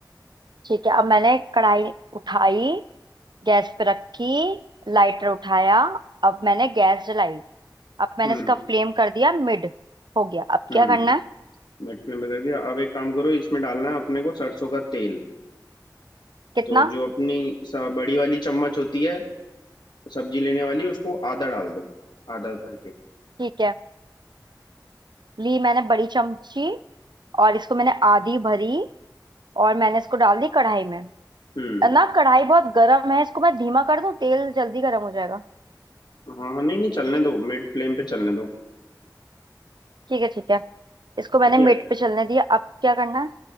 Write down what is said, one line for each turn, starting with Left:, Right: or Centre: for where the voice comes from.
Right: ठीक है अब मैंने कढ़ाई उठाई गैस पे रखी लाइटर उठाया अब मैंने गैस जलाई अब मैंने
Left: हम्म
Right: इसका फ्लेम कर दिया मिड हो गया अब
Left: हम्म
Right: क्या करना है
Left: मिनट में बदल दिया अब एक काम करो इसमें डालना है अपने को सरसों का तेल
Right: कितना
Left: तो जो अपनी स- बड़ी वाली चम्मच होती है सब्जी लेने वाली उसको आधा डाल दो आधा भर के
Right: ठीक है ली मैंने बड़ी चमची और इसको मैंने आधी भरी और मैंने इसको डाल दी कढ़ाई में
Left: हम्म
Right: ना कढ़ाई बहुत गर्म है इसको मैं धीमा कर दूं तेल जल्दी गर्म हो जाएगा
Left: हाँ हाँ नहीं नहीं चलने दो मिड फ्लेम पे चलने दो
Right: ठीक है ठीक है इसको मैंने
Left: ठीक है
Right: मिड पे चलने दिया अब क्या करना है